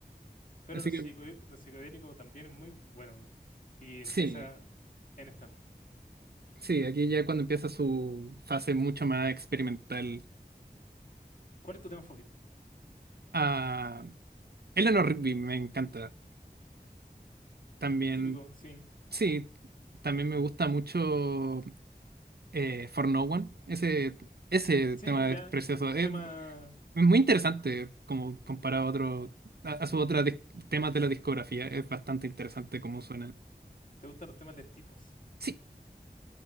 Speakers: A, on the left (about 55°); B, on the right (about 80°).
A: pero
B: Así
A: los
B: que
A: psicodé- lo psicodélico también es muy bueno y
B: sí,
A: empieza en este álbum.
B: sí, aquí ya cuando empieza su fase mucho más experimental.
A: ¿Cuál es tu tema favorito?
B: Ah, Eleanor Rigby me encanta. También,
A: Ah, Típico, sí.
B: sí, también me gusta mucho eh, For No One. Ese, ese
A: Sí,
B: tema
A: ya,
B: es precioso.
A: los
B: Es
A: temas,
B: Es muy interesante como comparado a otro, a, a sus otros temas de la discografía. Es bastante interesante cómo suena.
A: te gustan los temas lentitos.
B: Sí,